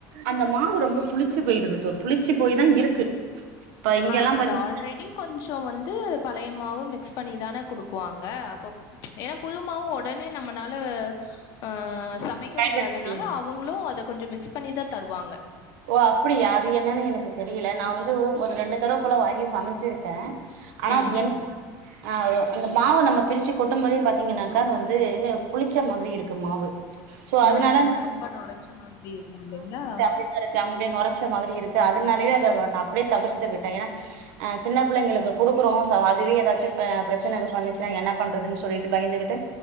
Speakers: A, on the right; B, on the left.
A: அந்த மாவு ரொம்ப புளிச்சு போயிருது தோர் புளிச்சு போய் தா இருக்கு இப்ப இங்கெல்லா
B: ஆ அது
A: பாத்தீங்கன்னா
B: ஆல்ரெடி கொஞ்சோ வந்து பழையமாவு மிக்ஸ் பண்ணிதான குடுக்குவாங்க அப்ப ஏன்னா புதுமாவு ஒடனே நம்மனால ஆ ச சமைக்க
A: பயன்படுத்த
B: முடியாதனால
A: முடியாது
B: அவுங்களு அத கொஞ்சோ மிக்ஸ் பண்ணிதா தருவாங்க
A: ஓ அப்படியா அது என்னன்னு எனக்கு தெரியல நா வந்து ஒரு ரெண்டு தடவ போல வாங்கி சமைச்சிருக்க ஆனா
B: ம்
A: அது என்ன ஆ ஒரு அந்த மாவு நம்ம பிரிச்சு கொட்டும்போதே பாத்தீங்கன்னாக்கா அது வந்து புளிச்ச மாதிரி இருக்கு மாவு சோ
B: நொற
A: அதனால
B: ரொம்ப நொறச்ச மாதிரி இருக்கு இல்லைங்களா
A: அப்டிதா இருக்கு ஆமா அப்டியே நொரச்ச மாதிரி இருக்குது அதனாலயே அத நா அப்டியே தவிர்த்துக்கிட்ட ஏன்னா அ சின்ன பிள்ளைளுக்கு கொடுக்குறோ சோ அதுவே ஏதாச்சு அ பிரச்சன எது பண்ணுச்சுனா என்ன பண்றதுன்னு சொல்லிட்டு பயந்துகிட்டு